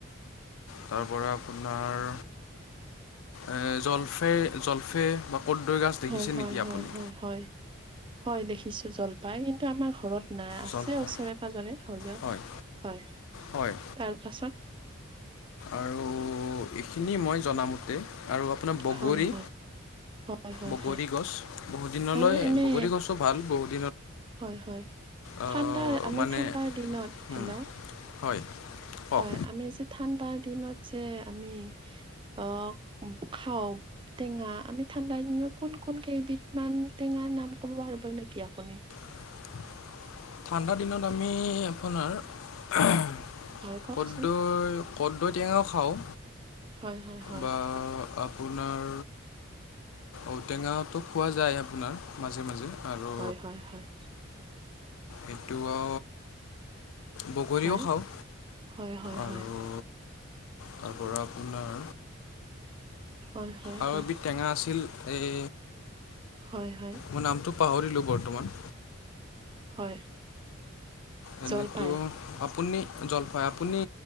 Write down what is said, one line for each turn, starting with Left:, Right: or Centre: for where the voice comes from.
Left: তাৰ পৰা আপোনাৰ এ জলফে জলফে বা কদৈ গছ দেখিছে
Right: হয় হয়
Left: নেকি আপুনি
Right: হয় হয় হয় হয় দেখিছো জলপাই কিন্তু আমাৰ ঘৰত নাই আছে
Left: জলফাই
Right: ওচৰে পাজৰে হ'লেও।
Left: হয়
Right: হয়
Left: হয়
Right: তাৰপাছত
Left: আৰু এইখিনি মই জনামতে। আৰু আপোনাৰ বগৰী
Right: হয় হয় হয় হয়
Left: বগৰী
Right: হয়
Left: গছ বহুত দিনলৈ
Right: আৰু এনে
Left: বগৰী গছো ভাল বহুত।
Right: হয় হয়
Left: আহ,
Right: ঠাণ্ডাৰ আমি
Left: মানে
Right: ঠাণ্ডাৰ দিনত
Left: হুম,
Right: হেল্ল'
Left: হয় কওক
Right: হয় আমি যে ঠাণ্ডা দাৰ দিনত যে আমি আহ খাওঁ টেঙা আমি ঠাণ্ডাৰ দিনত কোন কোন কেইবিধমান টেঙাৰ নাম ক'ব পাৰিব নেকি আপুনি?
Left: <inaudible> ঠাণ্ডা দিনত আমি আপোনাৰ
Right: হয় কওকচোন
Left: কদৈ কদৈ টেঙাও খাওঁ
Right: হয় হয় হয়
Left: বা আপোনাৰ ঔটেঙাটো খোৱা যায় আপোনাৰ মাজে মাজে আৰু
Right: হয় হয় হয়
Left: এইটো অ বগৰীও
Right: হয়
Left: খাওঁ
Right: হয় হয়
Left: আৰু
Right: হয়
Left: তাৰ পৰা আপোনাৰ
Right: হয় হয়
Left: আৰু
Right: হয়
Left: এবিধ টেঙা আছিল এই
Right: হয় হয়
Left: মই নামটো পাহৰিলোঁ বৰ্তমান
Right: হয়
Left: এনেতো
Right: জলপাই
Left: আপুনি জলফাই আপুনি